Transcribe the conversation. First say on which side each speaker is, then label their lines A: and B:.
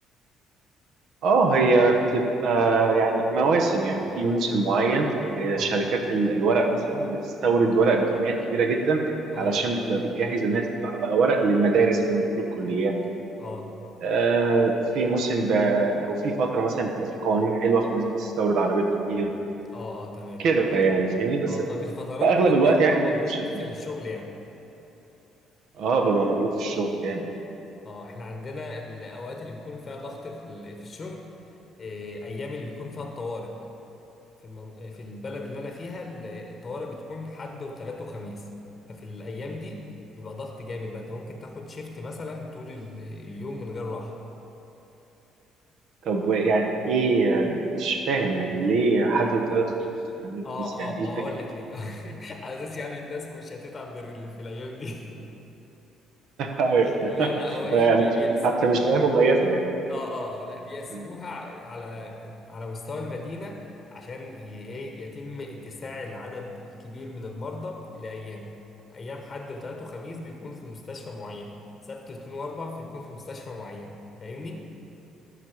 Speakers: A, on the right; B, on the left.
A: اه هي بتبقى يعني مواسم يعني في موسم معين آه،
B: اه
A: شركات ال- الورق مثلا بتستورد ورق بكميات كبيره جدا
B: اه
A: علشان بتبقى بتجهز انها تطبع بقى ورق للمدارس او لدخول الكليات
B: اه
A: آه، في موسم ب- او في فتره مثلا بتبقى في قوانين حلوه فالناس بتستورد عربيات كتير
B: اه اه تمام
A: كده يعني فاهمني بس
B: اه ففي الفترات
A: في اغلب
B: دي انت
A: الوقت
B: بتبقى
A: يعني
B: مضغوط
A: بتبقى شغال
B: في الشغل يعني
A: اه ببقى مضغوط في الشغل جامد
B: اه احنا عندنا الاوقات اللي بيكون فيها ضغط في ال- في الشغل إيه، ايام اللي بيكون فيها الطوارئ في المن... آه، في البلد اللي انا فيها ال- الطوارئ بتكون حد وثلاث وخميس ففي الايام دي بيبقى ضغط جامد بقى انت ممكن تاخد شيفت مثلا طول ال- اليوم من غير راحه
A: طب و- يعني ايه آه، مش فاهم يعني ليه حد وثلاث خميس
B: اه
A: يعني
B: اه
A: ايه
B: ما
A: الفكره
B: هقول لك ليه <laughs> على اساس يعني الناس مش هتتعب غير اللي في الايام دي <laughs>
A: أيوة.
B: لا لا هو ايه
A: <laughs>
B: بي-
A: يعني مش
B: بيقسموها
A: حتى مش ايه مميزه يعني
B: اه اه لا بيقسموها
A: مم.
B: على على مستوى المدينة عشان ي- ايه يتم اتساع العدد الكبير من المرضى لأيام أيام حد وتلات وخميس بيكون في مستشفى معين سبت واثنين وأربع بيكون في مستشفى معين فاهمني؟